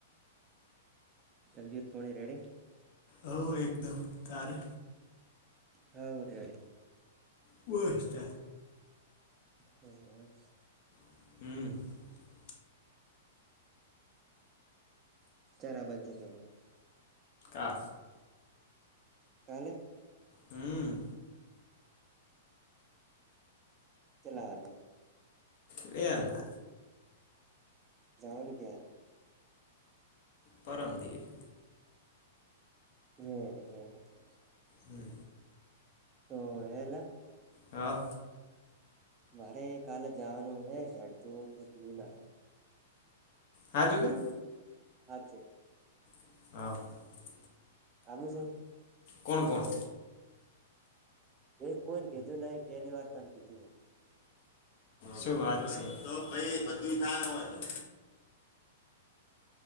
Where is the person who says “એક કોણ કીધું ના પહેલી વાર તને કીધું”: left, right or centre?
Right